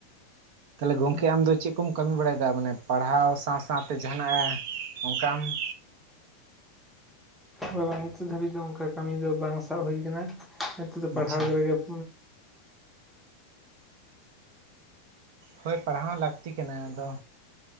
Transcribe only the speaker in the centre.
ᱟᱪᱪᱷᱟ
ᱵᱟᱝ ᱵᱟᱝ ᱱᱤᱛᱚᱜ ᱫᱷᱟᱹᱵᱤᱡ ᱫᱚ ᱚᱱᱠᱟ ᱠᱟᱹᱢᱤ ᱫᱚ ᱵᱟᱝ ᱥᱟᱵ ᱦᱩᱭ ᱠᱟᱱᱟ ᱾ ᱯᱟᱲᱦᱟᱣ
ᱨᱮᱜᱮ <unintelligible>